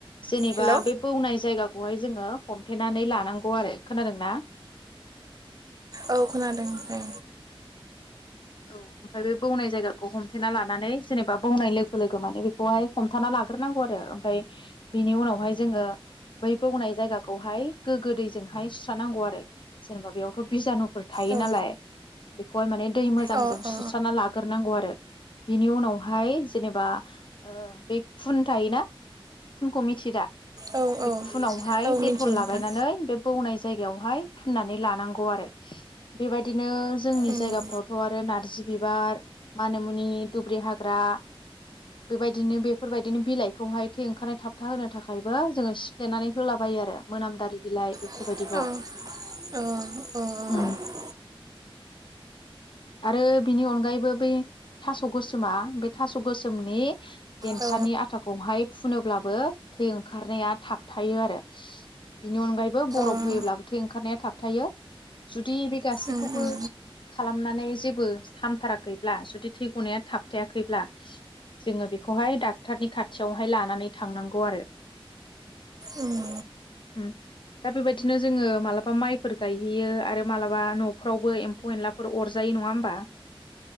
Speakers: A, on the left; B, on the right.
A: जेनेबा
B: हेल'
A: बे बौनाय जायगाखौ खौहाय जोङो हमथेनानै लानांगौ आरो खोनादोंना
B: औ खोनादों औ
A: औ ओमफाय बे बौनाय जायगाखौ हमथेना लानानै जेनेबा बौनाय लोगो लोगो माने बेखौहाय हमथाना लागोरनांगौ आरो ओमफ्राय बिनि उनाव हायजो बै बौनाय जायगा खौहाय गोग्गो दैजोंहाय सुस्रा नांगौ आरो जेनेबा बेयावथ' बिजानु फोर थायो
B: औ
A: नालाय बेखौहाय माने दै मोजांजों
B: औ अ
A: सुस्रना लाग्रोनांगौ आरो बिनि उनाव बाहाय जेनेबा ओ बे खुन थायोना खुनखौ मिथियोदा
B: अ औ
A: बे
B: औ
A: खुनावहाय
B: औ
A: डेटल
B: मिथियो नोंथां
A: लागायनानै बे बौनाय जायगायावहाय फुननानै लानांगौ आरो बेबायदि बिदिनो जोंनि
B: उम
A: जायगाफ्राव बेखौ आरो नारजि बिबार माना मुनि दुब्रि हाग्रा बेबायदिनो बेफोरबायदिनो बिलाइखौहाय थै ओंखारनाय थाबथा होनो थाखायबो जोङो सिफ्लेनानै होलाबायो आरो मोनामदारि बिलाइ बेफोरबायदिखौ
B: औ औ औ औ
A: उम आरो बिनि अनगायैबो बे थास' गोसोमा बे थास' गोसोमनि देन्थानि
B: औ
A: आथाखौहाय फुनोब्लाबो थै ओंखारनाया थाबथायो आरो बिनि अनगायैबो बरफ
B: उम
A: होयोब्लाबो थै ओंखारनाया थाबथायो जुदि बे गासैखौबो
B: उम
A: खालामनानै जेबो हामथाराखैब्ला जुदि थै गनाया थाबथायाखैब्ला जोङो बेखौहाय डाक्टरनि खाथियावहाय लानानै थांनांगौ आरो
B: उम
A: उम दा बेबायदिनो जोङो मालाबा माइफोर गायहैयो आरो मालाबा न'फ्रावबो एम्फौ-एनला फोर अरजायो नङा होमबा?